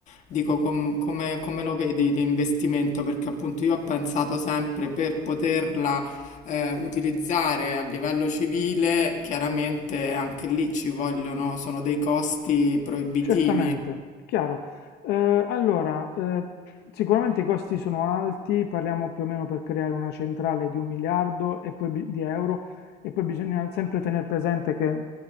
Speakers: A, on the left; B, on the left.
A: dico com- come, come lo vedi l'investimento? Perché appunto io ho pensato sempre per poterla eh, utilizzare a livello civile, chiaramente anche lì ci vogliono, sono dei costi proibitivi.
B: Certamente, chiaro. Eh, allora, eh, sicuramente i costi sono alti, parliamo più o meno per creare una centrale di un miliardo e poi bi- di euro e poi bisogna sempre tenere presente che